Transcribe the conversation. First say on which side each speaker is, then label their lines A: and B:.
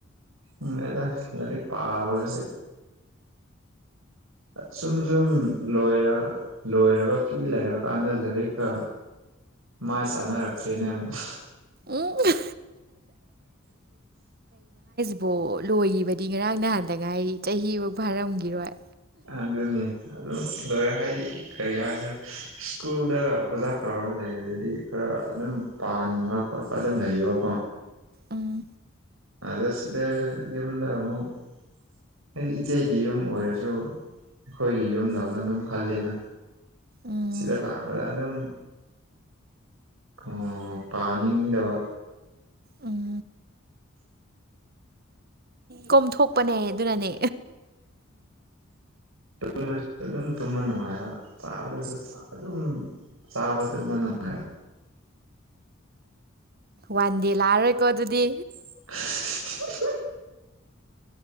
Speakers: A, on the right (about 85°); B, on the right (about 50°).
A: ꯎꯝ ꯑꯗ ꯂꯥꯏꯔꯤꯛ ꯄꯥꯕꯒꯁꯦ ꯁꯨꯝ ꯁꯨꯝ ꯂꯣꯏ ꯂꯣꯏꯔꯒ ꯐꯤ ꯂꯩꯔꯀꯥꯟꯗ ꯂꯥꯏꯔꯤꯛꯀ ꯃꯥꯏ ꯆꯅꯔꯛꯇ꯭ꯔꯤꯅꯦꯃ ꯑ
B: ꯎꯝ ꯕꯣ ꯂꯣꯏꯈꯤꯕꯗꯤ ꯉꯔꯥꯡ ꯅꯍꯥꯟꯗ ꯉꯥꯏꯔꯤ ꯆꯍꯤꯐꯧ ꯐꯥꯔꯝꯈꯤꯔꯣꯏ
A: ꯑꯒꯅꯤ ꯑꯗꯨꯝ ꯂꯣꯏꯔꯦ ꯍꯥꯏꯗꯤ ꯀꯔꯤ ꯍꯥꯏꯁꯤꯔ ꯏꯁ꯭ꯀꯨꯜꯗ ꯑꯣꯖꯥ ꯇꯧꯔꯒ ꯂꯩꯔꯗꯨꯗꯤ ꯈꯔ ꯑꯗꯨꯝ ꯄꯥꯟꯕ ꯈꯣꯠꯄ ꯑꯗꯨꯝ ꯂꯩꯌꯦꯕꯀꯣ
B: ꯎꯝ
A: ꯑꯗꯣ ꯁꯤꯗ ꯌꯨꯝꯗ ꯑꯃꯨꯛ ꯍꯥꯏꯗꯤ ꯏꯆꯦꯒꯤ ꯌꯨꯝ ꯑꯣꯏꯔꯁꯨ ꯑꯩꯈꯣꯏꯒꯤ ꯌꯨꯝꯗꯧꯅ ꯑꯗꯨꯝ ꯈꯜꯂꯤꯅ
B: ꯎꯝ
A: ꯁꯤꯗꯂꯥꯎ ꯑꯣꯖꯥ ꯑꯗꯨꯝ ꯎꯝ ꯄꯥꯅꯤꯡꯗꯕ
B: ꯎꯝ ꯀꯣꯝꯊꯣꯛꯄꯅꯦ ꯑꯗꯨꯅꯅꯦ
A: ꯇꯨꯝꯕꯗꯁꯨ ꯑꯗꯨꯝ ꯇꯨꯝꯕ ꯅꯨꯡꯉꯥꯏꯕ ꯆꯥꯕꯗꯁꯨ ꯑꯗꯨꯝ ꯆꯥꯕ ꯇꯨꯝꯕ ꯅꯨꯡꯉꯥꯏꯕ
B: ꯋꯥꯟꯗꯦ ꯂꯥꯛꯑꯔꯣꯏꯀꯣ ꯑꯗꯨꯗꯤ
A: ꯍꯨ